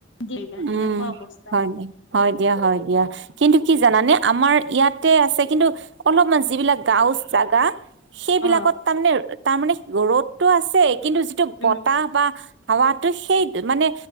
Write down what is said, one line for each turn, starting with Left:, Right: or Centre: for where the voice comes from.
Left: দিবা
Right: উম
Left: এনেকুৱা অৱস্থা
Right: হয় দিয়া হয় দিয়া হয় দিয়া। কিন্তু কি জানানে আমাৰ ইয়াতে আছে কিন্তু অলপমান যিবিলাক গাও জাগা সেইবিলাকত
Left: অ
Right: তাৰমানে তাৰমানে ৰ'দতটো আছে কিন্তু যিটো
Left: উম
Right: বতাহ বা হাৱাতো সেই মানে